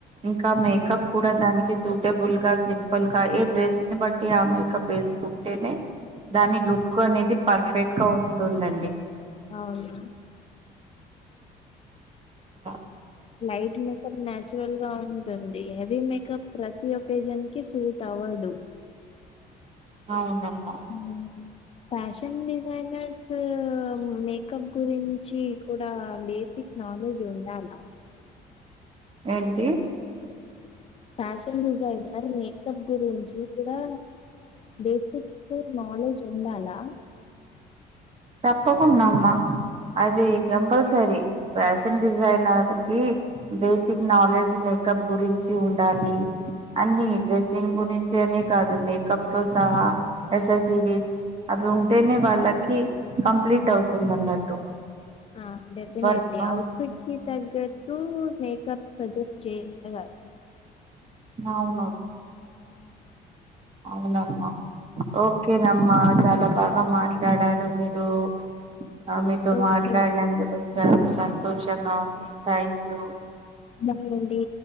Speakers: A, on the right (about 35°); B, on the left (about 35°).
A: ఇంకా మేకప్ కూడా దానికి సూటబుల్గా సింపుల్గా ఏ డ్రెస్ ని బట్టి ఆ మే మేకప్ వేసుకుంటేనే దాని లుక్ అనేది పర్ఫెక్ట్ గా వస్తుందండి.
B: అవునా
A: అ
B: లైట్ మేకప్ నా చురల్గా ఉంటుంది హెవీ మేకప్ ప్రతి ఒకేషన్ కి సూట్ అవ్వదు.
A: అవునమ్మా.
B: మ్మ్. ఫ్యాషన్ డిజైనర్స్ మేకప్ గురించి కూడా బేసిక్ నాలెడ్జ్ ఉండాలా?
A: ఏంటి?
B: ఫ్యాషన్ డిజైనర్ మేకప్ గురించి కూడా బేసిక్ నాలెడ్జ్ ఉండాలా?
A: తప్పకుండామ్మా అది కంపల్సరీ ఫ్యాషన్ డిజైనర్ కి బేసిక్ నాలెడ్జ్ మేకప్ గురించి ఉండాలి. అన్ని డ్రెస్సింగ్ గురించనే కాదు మేకప్ తో సహా ఎస్ససిరీస్ అవి ఉంటేనే వాళ్ళకి కంప్లీట్ అవుతుంది అన్నట్టు.
B: ఆ డెఫినెట్లీ
A: వర్క్
B: ఔట్ఫిట్కి తగ్గట్టు మేకప్ సజెస్ట్ చేయగలగాలి.
A: అవును అవునమ్మా ఓకేనమ్మా చాలా బాగా మాట్లాడారు మీరు. ఆ మీతో
B: ఓకే
A: మాట్లాడినందుకు
B: అండి
A: చాలా సంతోషంగా ఉంది థ్యాంక్యూ.
B: బాయ్ అండి.